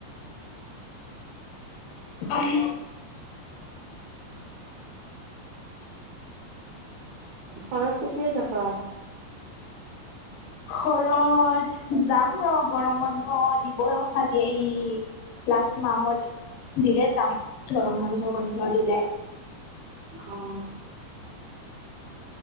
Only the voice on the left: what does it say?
উম,
ঘৰত যাম ৰ' গৰম বন্ধ দিবই চাগেই। লাষ্ট মাহত দিলে যাম গৰম বন্ধ বন্ধ দিলে।